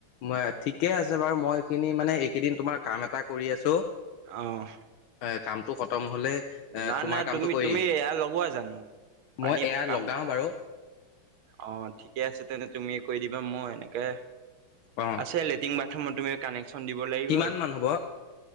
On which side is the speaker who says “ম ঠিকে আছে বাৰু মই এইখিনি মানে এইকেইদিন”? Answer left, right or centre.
Left